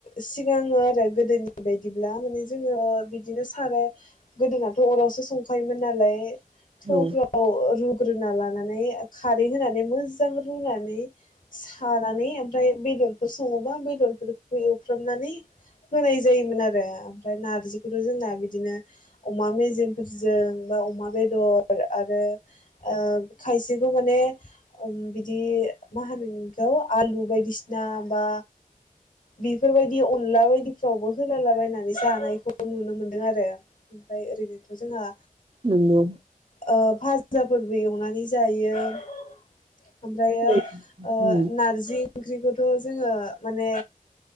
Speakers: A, on the left (about 65°); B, on the right (about 40°).
A: सिगाङो आरो गोदोनि बायदिब्ला माने जोङो बिदिनो सारो गोदोनाथ' अरावसो संखायोमोन नालाय। थौफ्राव
B: औ
A: ओ रु। रुना लानानै ओ खारै होनानै मोजां रुनानै। सानानै ओम ओमफ्राय बेदरखौ सङोबा बेदरफोरखौ एवफ्रामनानै होनाय जायोमोन आरो ओमफ्राय नारजिखौथ' जोंना बिद बिदिनो अमा मेजेमफोरजों बा अमा बेद दलो आरो ओम। खायसेखौ माने ओम बिदि मा होनोबिखौ आलु बायदिसिना बा बिफोरबायदि अनला बायदिफ्रावबो होला लाबायनानै जानायखौ नुनो मोनदों आरो उमफ्राय ओरैनोथ' जोंहा।
B: नोंगौ।
A: ओयो फाजाफोरबो एवनानै जायो। ओमफ्रायो
B: औ
A: ओयो
B: उम
A: नारजि। ओंख्रिखौथ' जोङो। माने।